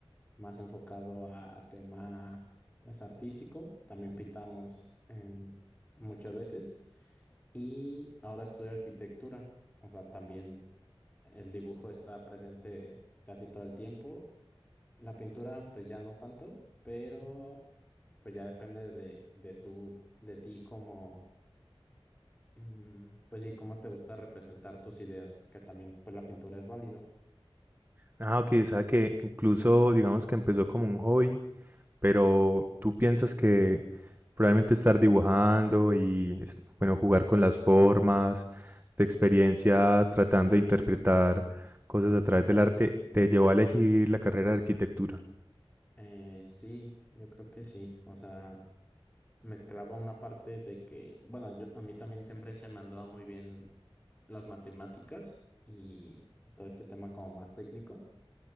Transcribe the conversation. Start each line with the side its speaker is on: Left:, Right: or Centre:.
Left: más enfocado a, a tema pues artístico. También pintamos en- muchas veces. Y ahora estudio arquitectura. O sea, también el dibujo está presente casi todo el tiempo. La pintura, pues ya no tanto, pero pues ya depende de, de tú, de ti como, mm, pues sí, cómo te gusta representar tus ideas, que también, pues la pintura es válido.
Right: Ah, ok, o sea que incluso digamos que empezó como un hobby pero tú piensas que probablemente estar dibujando y, es- bueno, jugar con las formas, tu experiencia tratando de interpretar cosas a través del arte, te llevó a elegir la carrera de arquitectura.
Left: Eh, sí, yo creo que sí. O sea, mezclaba una parte de que, bueno, yo, a mí también siempre se me han dado muy bien las matemáticas y, y todo este tema como más técnico.